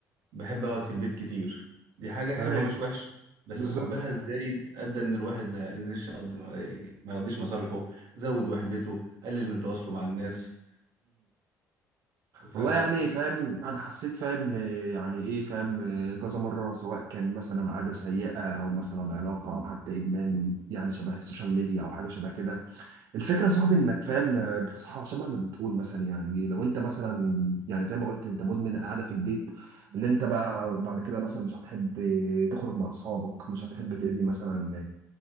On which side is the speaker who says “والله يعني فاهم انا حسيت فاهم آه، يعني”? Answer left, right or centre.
Right